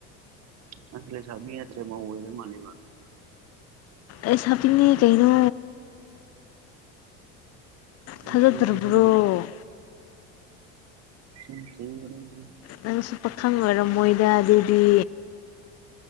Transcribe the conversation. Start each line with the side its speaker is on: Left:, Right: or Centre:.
Right: ꯅꯪꯁꯦ ꯂꯩꯁꯥꯕꯤ ꯅꯠꯇ꯭ꯔꯦ ꯃꯧ ꯑꯣꯢꯔ ꯃꯥꯜꯂꯦꯕ
Left: ꯂꯩꯁꯥꯕꯤꯅꯦ ꯀꯩꯅꯣ
Right: ꯅꯆꯤꯟ
Left: ꯊꯥꯖꯗ꯭ꯔꯕ꯭ꯔꯣ
Right: ꯊꯤꯒꯅꯨ ꯆꯤꯟ ꯊꯤꯒꯅꯨ
Left: ꯅꯪꯁꯨ ꯄꯥꯈꯪ ꯑꯣꯏꯔꯝꯃꯣꯏꯗ ꯑꯗꯨꯗꯤ